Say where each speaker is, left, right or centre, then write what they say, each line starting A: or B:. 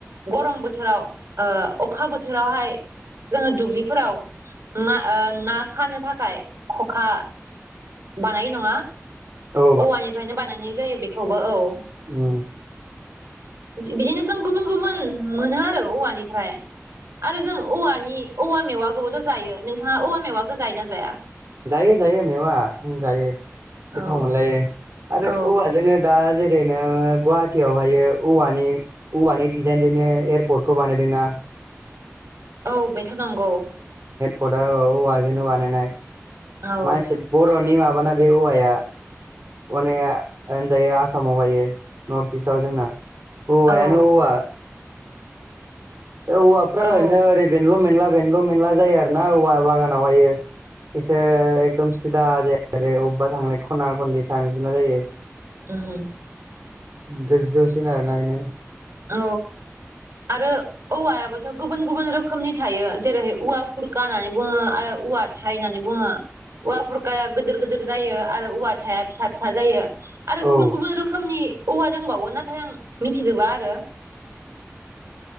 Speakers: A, on the right; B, on the right.
A: गरम बोथोराव अखा बोथोरावहाय जोङो दुब्लिफोराव मा ना सानो थाखाय खखा बानाय नङा
B: औ
A: औवानिफ्रायनो बानायनाय जायो बेखौबो औ।
B: औ
A: बिदिनो जों गुबुन गुबुन मोनो आरो औवानिफ्राय आरो जों औवानि औवा मेवाखौबोथ' जायो नोंथाङा औवा मेवाखौ जाय ना जाया?
B: जायो जायो मेवा जायो
A: औ
B: गोथाव मोनलायो आरो
A: औ
B: औवाजोंनो दा जेरैनो गुवाहाटियावहायो औवा-औवानि डिजाइनजोंनो एयारपर्टखौ बानायदों न दा <unintelligible>
A: औ बेथ' नंगौ।
B: खदा औ औवाजोंनो बानायनाय
A: औ
B: मासि बर'नि माबाना बे औवाया। अनेक होनजायो आसामावहायो नर्थ इस्टआव जोंना। औवायानो
A: औ
B: औवा। औवाफ्रा
A: औ
B: ओरैनो ओरै बेनल' मेनला बेनल' मेनला जायो आरो ना औवा बागानावहायो इसोर एकदम सिदा आरो अबेबा थांनाय खना खनलि थांजोना जायो।
A: उम
B: गोजौसिन आरोना एनो
A: औ आरो औवायाबोथ' गुबुन गुबुन रोखोमनि थायो जेरै औवा खुरखा होननानै बुङो आरो औवा थाइ होननानै बुङो औवाबुरखाया गोदिर- गोदिर जायो आरो औवा थाया फिसा-फिसा जायो। आरो गुबुन-गुबुन
B: औ
A: रोखोमनि औवा दंबावो नाथाय आं मिथिजोबा आरो।